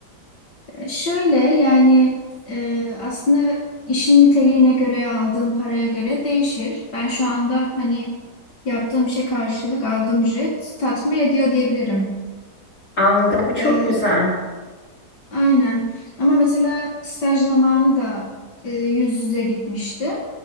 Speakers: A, on the left (about 80°); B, on the left (about 45°).
A: E, Şöyle yani e, aslında işin niteliğine göre aldığım paraya göre değişir. Ben şu anda hani yaptığım işe karşılık aldığım ücret tatmin ediyor diyebilirim.
B: Anladım. Bu çok
A: E,
B: güzel.
A: aynen. Ama mesela staj zamanı da e, yüz yüze gitmişti